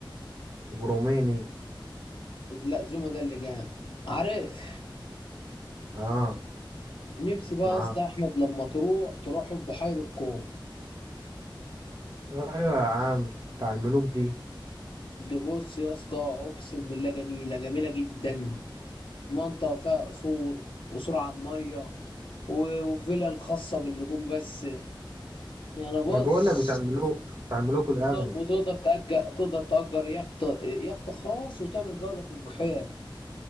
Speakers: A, on the right (about 45°); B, on the left (about 75°).
A: وبروميني
B: لا زوما ده اللي جامد عارف
A: آه
B: نفسي بقى
A: معاه
B: يا اسطى احمد لما تروح تروح بحيرة الكون
A: أيوة يا عم بتاع الملوك دي
B: ده بص يا اسطى اقسم بالله جميله جميله جدا منطقه فيها قصور قصور على الميه و- وفيلا الخاصه بالنجوم بس يعني بص
A: ما بقول لك بتاع الملوك بتاع الملوك الأغنياء
B: ت- وتقدر تأجر تقدر تأجر يخت يخت خاص وتعمل جوله في البحيره